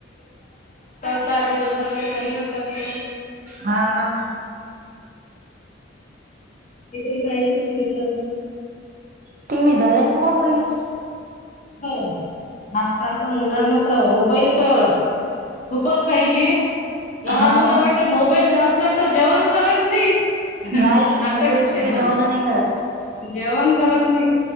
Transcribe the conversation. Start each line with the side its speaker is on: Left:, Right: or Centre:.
Left: सारा दिवसभर काही घरी नसतात ते.
Right: हाव ना!
Left: <unintelligible>
Right: टी वही झाला की मोबाईल
Left: हो आजकालच्या मुलांना त मोबाईल त. खूपच पाहिजे लहान
Right: हाव
Left: मुलं
Right: ना.
Left: म्हटलं मोबाईल नसल्या तर जेवण करत नहीत
Right: नाही
Left: अपॅक
Right: मोबाईल शिवाय
Left: हं.
Right: जेवण नाही करत.
Left: जेवण करत नाही